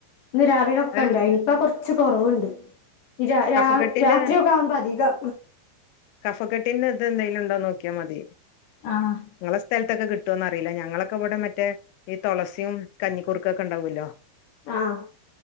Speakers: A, on the left (about 70°); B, on the left (about 85°).
A: ഇന്ന് രാവിലൊക്കെ
B: അത്
A: ണ്ടായിനി പ്പ കൊറച്ച് കൊറവ്ണ്ട് ര രാ
B: കഫക്കെട്ടിന്റെ
A: രാത്രിയൊക്കെ ആകുമ്പോ അധികാക
B: കഫക്കട്ടിന്റെ ഇത് എന്തെലും ണ്ടോ നോക്കിയാ മതി
A: ആഹ്
B: ങ്ങളെ സ്ഥലത്തൊക്കെ കിട്ടോന്ന് അറീല്ല ഞങ്ങളെക്കെവ്ടെ മറ്റേ ഈ തൊളസിം കഞ്ഞിക്കുർക്കെക്കെ ണ്ടാവുല്ലോ
A: ആഹ്